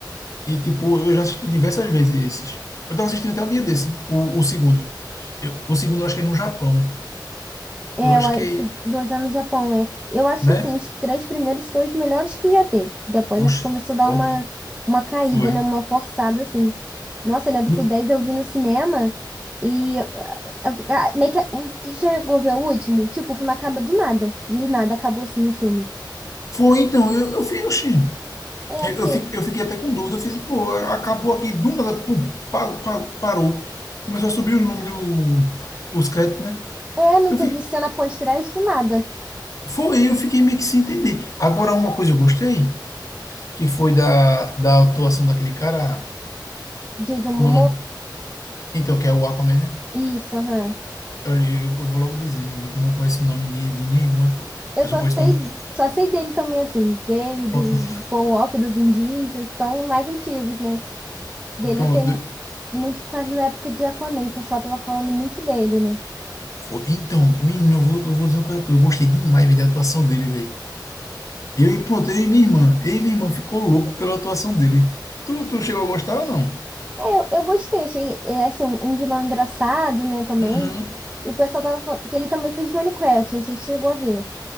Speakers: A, on the left; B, on the right.
A: E, tipo, eu já assisti diversas vezes esses. Eu tava assistindo até um dia desse, o, o segundo. Eu- o segundo eu acho que é no Japão.
B: É,
A: Eu acho
B: eu acho
A: que,
B: que dois anos no Japão, é. Eu acho
A: né?
B: que, assim, os três primeiros foram os melhores que ia ter. Depois, acho
A: Oxe,
B: que começou a dar
A: top.
B: uma, uma caída,
A: Foi.
B: né? Uma forçada, assim. Nossa, eu lembro
A: E-
B: que o 10 eu vi no cinema e... eu- eu- ah, meio que... Tu chegou a ver o último? Tipo, o filme acaba do nada. Do nada, acabou, assim, o filme.
A: Foi, então, eu, eu fiz, oxi.
B: É,
A: Eu,
B: porque...
A: eu, fi- eu fiquei até com dúvida. Eu fiz, pô, acabou aqui, do nada, pum, pa- pa- parou. Começou a subir o nome do, os créditos, né?
B: É, não
A: Eu
B: teve
A: fiquei,
B: cena pós-crédito, nada.
A: Foi, eu fiquei meio que sem entender. Agora, uma coisa eu gostei, que foi da, da atuação daquele cara,
B: Jason
A: como
B: Momoa.
A: é o nome? Então, que é o Aquaman, né?
B: Isso, aham.
A: Olha, eu, eu vou logo dizendo, viu, que eu não conheço o nome de, de nenhum ator.
B: Eu
A: Eu
B: só
A: só conheço
B: sei,
A: o nome.
B: só sei dele também, assim. Dele, do,
A: Pronto.
B: do Paul Walker, do Vin Diesel. que São mais antigos, né? dele
A: <laughs> Pronto.
B: eu tenho muito por causa da época de Aquaman. O pessoal tava falando muito dele, né?
A: Foi. Então, menino, eu vou, eu vou dizer uma coisa a tu. Eu gostei demais, velho, da atuação dele, velho. Eu e pronto, eu e minha irmã. Eu e minha irmã ficou louco pela atuação dele. Tu, tu chegou a gostar ou não?
B: É, Eu, eu gostei, achei é, assim, um, um vilão engraçado, né, também.
A: Uhum.
B: O pessoal tava falando que ele também fez Minecraft, você chegou a ver.